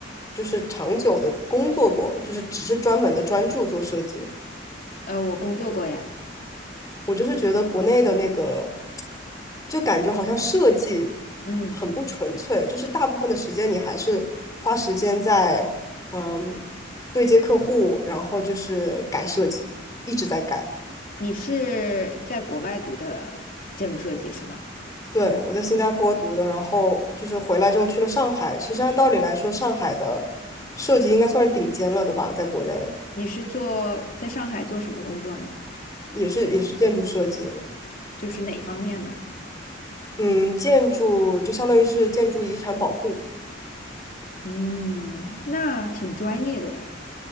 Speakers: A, on the left; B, on the left.
A: 就是长久的工作过，就是只是专门的专注做设计。
B: 呃，我工作过呀，
A: 我就是觉得国内的那个，就感觉好像设计
B: 嗯，
A: 很不纯粹，就是大部分的时间你还是花时间在嗯对接客户，然后就是改设计，一直在改。
B: 你是在国外读的建筑设计是吗？
A: 对，我在新加坡读的，然后就是回来之后去了上海。其实按道理来说，上海的设计应该算是顶尖了的吧，在国内
B: 你是做在上海做什么工作呢？
A: 也是也是建筑设计，
B: 就是哪一方面呢？
A: 嗯，建筑就相当于是建筑遗产保护。
B: 嗯，那挺专业的呀。